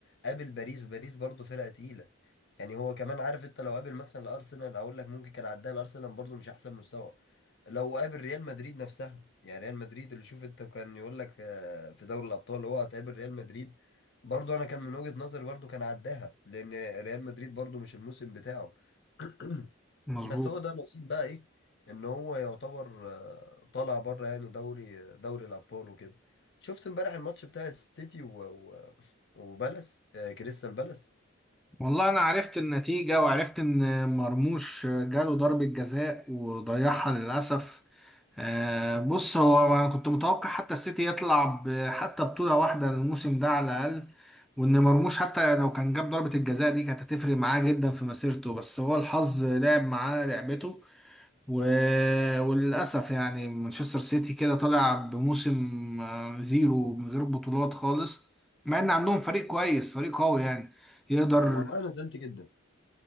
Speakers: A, on the left; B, in the centre.
A: قابل باريس باريس برضه فرقة تقيلة يعني هو كمان عارف أنت لو قابل مثلا الأرسنال أقول لك ممكن كان عداها الأرسنال برضه مش أحسن مستوى لو قابل ريال مدريد نفسها يعني ريال مدريد اللي شوف أنت كان يقول لك آه، في دوري الأبطال هو هتقابل ريال مدريد برضه أنا كان من وجهة نظري برضه كان عداها لأن ريال مدريد برضه مش الموسم بتاعه <clears throat>
B: مظبوط
A: بس هو ده نصيب بقى ايه ان هو يعتبر آه، طالع بره يعني دوري دوري الابطال وكده شفت امبارح الماتش بتاع السيتي و... و... وبالاس آه، كريستال بالاس
B: والله انا عرفت النتيجة وعرفت ان مرموش جاله ضربة جزاء وضيعها للأسف آه، بص هو انا كنت متوقع حتى السيتي يطلع ب- حتى بطولة واحدة الموسم ده على الأقل وان مرموش حتى لو كان جاب ضربة الجزاء دي كانت هتفرق معاه جدا في مسيرته بس هو الحظ لعب معاه لعبته و... وللأسف يعني مانشستر سيتي كده طالع بموسم آه، زيرو من غير بطولات خالص مع ان عندهم فريق كويس فريق قوي يعني يقدر
A: والله انا زعلت جدا